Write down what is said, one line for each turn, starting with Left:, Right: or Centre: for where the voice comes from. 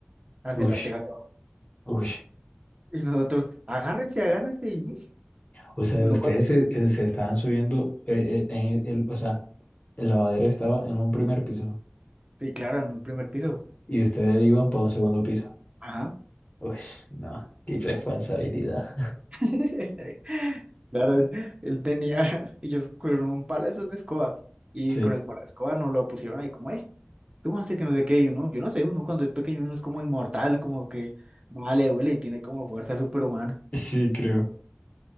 Right: hacia
Left: Ush,
Right: las tejas de abajo.
Left: ush.
Right: Y nosotros, agárrense, agárrense. Y
Left: O sea,
Right: uno
Left: ustedes
Right: cuando,
Left: se, eh, se estaban subiendo, eh, eh, en el, el- o sea, el lavadero estaba en un primer piso
Right: sí, claro, en un primer piso.
Left: y ustedes iban para un segundo piso.
Right: Ajá.
Left: Uy, no, qué irresponsabilidad.
Right: <laughs> Claro, él, él tenía, <laughs> ellos cogieron un palo de esos de escoba y
Left: Sí,
Right: con el palo de escoba nos lo pusieron ahí como, eh, tú antes que no sé qué, y uno, yo no sé, uno cuando es pequeño uno es como inmortal, como que no le duele y tiene como fuerza superhumana.
Left: sí, creo.